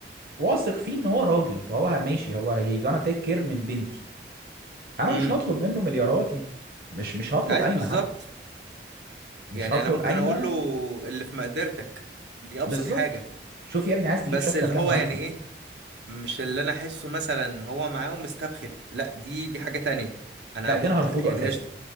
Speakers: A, on the right; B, on the right.
A: واثق فيه ان هو راجل فهو ماشي هو هي جانا تيك كير من بنتي انا
B: امم
A: مش هطلب منه مليارات يعني مش مش هطلب
B: ايوه
A: قايمه
B: بالظبط
A: حتى مش
B: يعني
A: هطلب
B: انا ممكن
A: قايمه
B: اقول له اللي في مقدرتك دي ابسط
A: بالظبط
B: حاجة
A: شوف يا ابني عايز تجيب
B: بس
A: شبكه
B: اللي
A: بكام
B: هو
A: وهاتها
B: يعني ايه مش اللي انا احسه مثلا هو معاه ومستبخل لا دي دي حاجة تانية انا
A: لا
B: م...
A: ده انا هرفضه
B: يعني
A: اساسا
B: قشطة